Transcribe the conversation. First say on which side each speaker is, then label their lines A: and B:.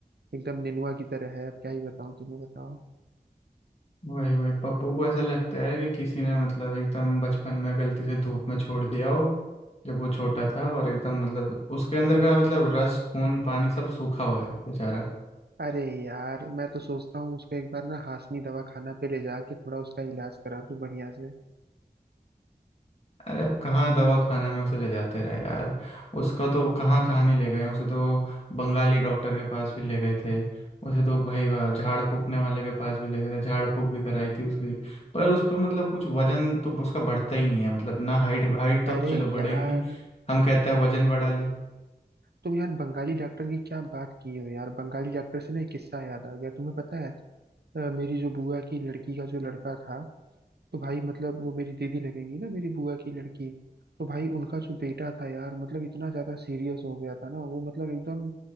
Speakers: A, on the right; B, on the left.
A: एकदम निनुआ की तरह है अब क्या ही बताऊं तुम्हें बताओ
B: वही वही पप्पू को ऐसा लगता है कि किसी ने मतलब एकदम बचपन में गलती से धूप में छोड़ दिया हो जब वो छोटा था और एकदम मतलब उसके अंदर का मतलब रस खून पानी सब सूखा हुआ है बेचारा
A: अरे यार मैं तो सोचता हूँ उसको एक बार ना हाशमी दवा खाना पे ले जाके थोड़ा उसका इलाज करा दूँ बढ़िया से
B: अरे अब कहाँ दवा खाना में उसे ले जाते रहे यार उसका तो कहाँ कहाँ नहीं ले गए उसे तो बंगाली डॉक्टर के पास भी ले गए थे उसे तो भाई वह झाड़ फूकने वाले के पास भी ले गए थे झाड़ फूक भी कराई थी उसकी पर उस पर मतलब कुछ वजन तो उसका बढ़ता ही नहीं है मतलब ना हाइट हाइट तो
A: अरे
B: अब चलो बढ़ेगी
A: यार
B: नहीं हम कहते हैं वजन बढ़ा ले
A: तुम यार बंगाली डॉक्टर की क्या बात की हो यार बंगाली डॉक्टर से ना एक किस्सा याद आ गया तुम्हें पता है अ, मेरी जो बुआ की लड़की का जो लड़का था तो भाई मतलब वो मेरी दीदी लगेंगी ना मेरी बुआ की लड़की तो भाई उनका जो बेटा था यार मतलब इतना ज्यादा सीरियस हो गया था ना वो मतलब एकदम